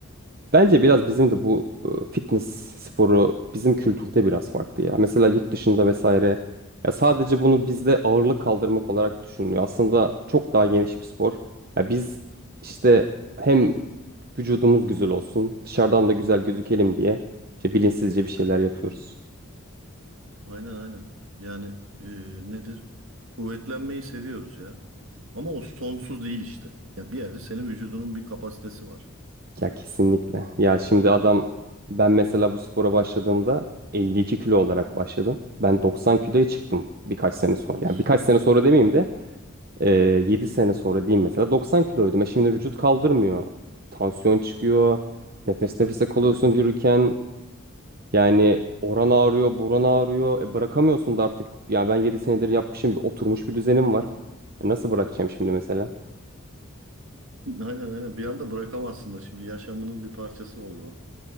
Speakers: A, on the right; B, on the right.
A: Bence biraz bizim de bu e, fitness sporu bizim kültürde biraz farklı ya. Mesela yurt dışında vesaire ya sadece bunu bizde ağırlık kaldırmak olarak düşünülüyor. Aslında çok daha geniş bir spor. Ya biz işte hem vücudumuz güzel olsun, dışarıdan da güzel gözükelim diye işte bilinçsizce bir şeyler yapıyoruz.
B: Aynen aynen. Yani e, nedir? Kuvvetlenmeyi seviyoruz ya. Ama o sonsuz değil işte. Ya bir yerde senin vücudunun bir kapasitesi var.
A: Ya kesinlikle. Ya şimdi adam ben mesela bu spora başladığımda 52 kilo olarak başladım. Ben 90 kiloya çıktım birkaç sene sonra.
B: Of.
A: Yani birkaç sene sonra demeyeyim de e, 7 sene sonra diyeyim mesela 90 kiloydum. E şimdi vücut kaldırmıyor. Tansiyon çıkıyor. Nefes nefese kalıyorsun
B: Tabii.
A: yürürken. Yani oran ağrıyor, buran ağrıyor. E bırakamıyorsun da artık. Yani ben 7 senedir yapmışım. Bir oturmuş bir düzenim var. E nasıl bırakacağım şimdi mesela?
B: <laughs> Aynen aynen. Bir anda bırakamazsın da şimdi yaşamının bir parçası oldu. o.